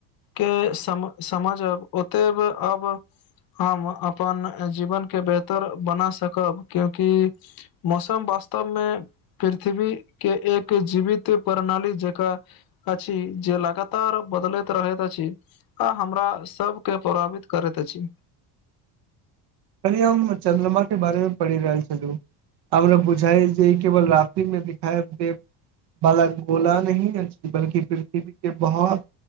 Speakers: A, on the left; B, on the right.
A: के सम समझ ओते अब हम अपन जीवन के बेहतर बना सकब क्यूंकि मौसम वास्तवमे पृथ्वी के एक के जीवित प्रणाली जेक अछि जे लगातार बदलैत रहैत अछि आ हमरा सबके प्रौरावित करैत अछि
B: कलऽ हि हम चन्द्रमा के बारेमे पढ़ि रहल छलहु हमरा बुझाइ जे ई केवल रातिमे दिखाए दे बाल गोलाही अच्ी बल्ि पृथ्वी कऽ बहुत